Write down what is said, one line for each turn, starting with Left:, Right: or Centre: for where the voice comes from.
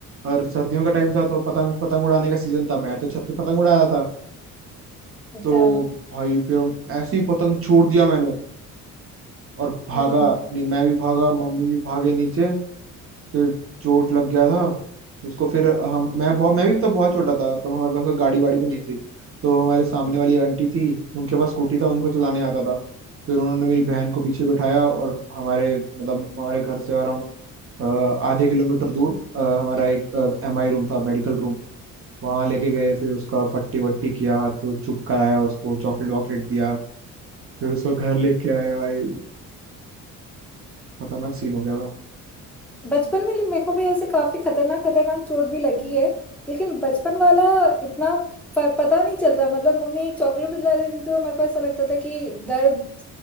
Right: और सर्दियों का टाइम था तो पतंग पतंग उड़ाने का सीजन था मैं तो छत पे पतंग उड़ा रहा था
Centre: अच्छा
Right: तो भाई फिर हम ऐसे ही पतंग छोड़ दिया मैंने और भागा
Centre: हम्म
Right: नहीं मैं भी भागा मम्मी भी भागे नीचे फिर चोट लग गया था उसको फिर हम मैं बहुत मैं भी तब बहुत छोटा था तब हमारे पास कोई गाड़ी वाड़ी भी नहीं थी तो हमारे सामने वाली आंटी थी उनके पास स्कूटी था उनको चलाने आता था फिर उन्होंने मेरी बहन को पीछे बिठाया और हमारे मतलब हमारे घर से अराउंड आधे किलोमीटर दूर अ, हमारा एक एम आई रूम था मेडिकल रूम वहां लेके गए फिर उसका पट्टी वट्टी किया हाथ को चुप कराया उसको चॉकलेट वॉकलेट दिया फिर उसको घर लेके आए भाई खतरनाक सीन हो गया था
Centre: बचपन में मेरे को भी ऐसे काफी खतरनाक खतरनाक चोट भी लगी है लेकिन बचपन वाला इतना प- पता नहीं चलता मतलब मम्मी एक चॉकलेट दिला देती थी तो मेरे को ऐसा लगता था कि दर्द